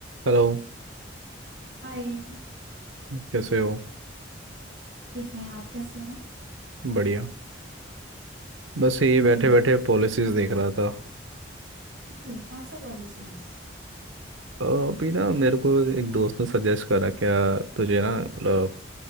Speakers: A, on the right (about 85°); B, on the right (about 65°).
A: Hello
B: हाय
A: कैसे हो
B: ठीक है आप कैसे हैं
A: बढ़िया बस ये
B: हम्म
A: बैठे बैठे पॉलिसीज देख रहा था
B: ओके कौन सा पॉलिसीज
A: अ, अभी ना मेरे को एक दोस्त ने सजेस्ट करा क्या तुझे ना मतलब